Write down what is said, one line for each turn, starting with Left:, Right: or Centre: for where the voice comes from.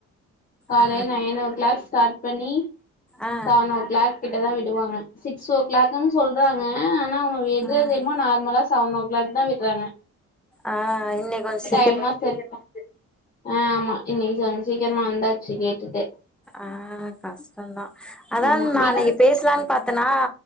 Left: காலையில்
Centre: ஆ
Left: நைன் ஓ கிளாக் ஸ்டார்ட் பண்ணி
Centre: ஆ ஆ
Left: செவனோ ஓ கிளாக் கிட்ட தா விடுவாங்க சிக்ஸ் ஓ கிளாக் டன் சொல்றாங்க ஆனா அவங்க விட்றது
Centre: ஆ
Left: என்னுமோ நார்மலா செவனோ ஓ கிளாக் தா விட்றாங்க
Centre: ஆ இன்னிக் கொஞ்செ
Left: ஏமா செல்லுமா அ ஆமா இன்னிக் கெஞ் சீக்கிரமா வந்தாச்சு கேட்டுட்டு
Centre: ஆ கஷ்டன் தா அதா
Left: ஆமா வீட்டுக்கு
Centre: அன்னிக்கி பேசலான்னு பாத்தேன்னா